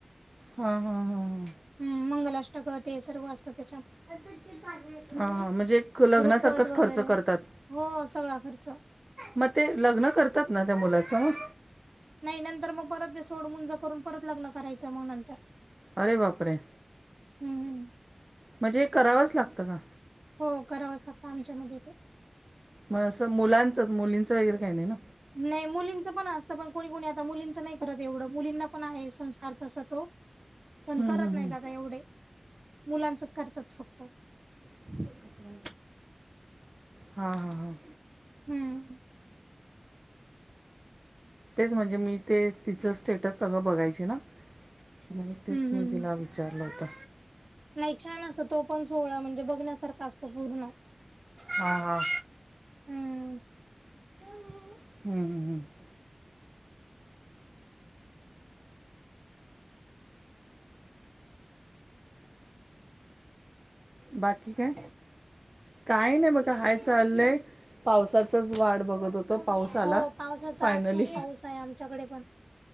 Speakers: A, on the right; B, on the right.
A: हा. हा. हा. हा.
B: हम्म. मंगल अष्टक ते सर्व असत.
A: हा. हा. म्हणजे एक लग्नासारखंच
B: रुखवत वगैरे
A: खर्च करतात.
B: हो. सगळा खर्च.
A: मग ते लग्न करतात ना? त्या मुलाचं मग.
B: नाही. नंतर मग परत ते सोड मंज करून परत लग्न करायचं मग नंतर.
A: अरे बापरे!
B: हम्म. हम्म.
A: म्हणजे एक करावंच लागतं का?
B: हो. करावच लागतं. आमच्यामध्ये ते.
A: मग असं मुलांचंच मुलींचं वगैरे काही नाही ना.
B: नाही. मुलींचं पण असतं पण कोणी कोणी आता मुलींचं नाही करत एवढं. मुलींना पण आहे संस्कार तस तो. पण
A: हम्म,
B: करत
A: हम्म,
B: नाही
A: हम्म.
B: आता एवढे. मुलांचच करतात फक्त.
A: हा. हा. हा.
B: हम्म.
A: तेच म्हणजे मी ते तिचं स्टेटस सगळं बघायचे ना. <unintelligible> तेच
B: हम्म
A: मी
B: हम्म.
A: तिला विचारलं होत.
B: नाही छान अस तो पण सोहळा म्हणजे बघण्यासारखा असतो पूर्ण.
A: हा. हा.
B: हम्म
A: हम्म. हम्. हम्म. बाकी काय? काय नाही बगा. हाय चाललंय. पावसाचाच वाट बघत होतो. पाऊस
B: हो
A: आला
B: पावसाचा
A: फायनली.
B: आज <unintelligible> आमच्याकडे पण.